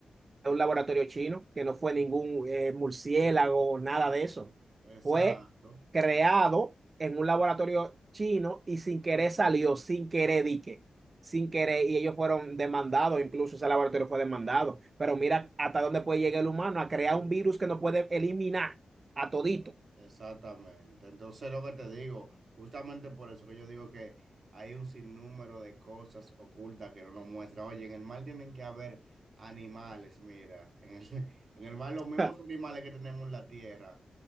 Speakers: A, on the right; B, on the right.
A: un laboratorio chino, que no fue ningún eh, murciélago, nada de eso.
B: Exacto,
A: Fue creado en un laboratorio chino y sin querer salió, sin querer dique, sin querer, y ellos fueron demandados, incluso ese laboratorio fue demandado. Pero mira hasta dónde puede llegar el humano a crear un virus que no puede eliminar a todito,
B: exactamente. Entonces lo que te digo, justamente por eso que yo digo que hay un sinnúmero de cosas ocultas que no nos muestran. Oye, en el mar tienen que haber animales, mira, en el, <laughs> en el mar los mismos
A: <laughs>
B: animales que tenemos en la tierra.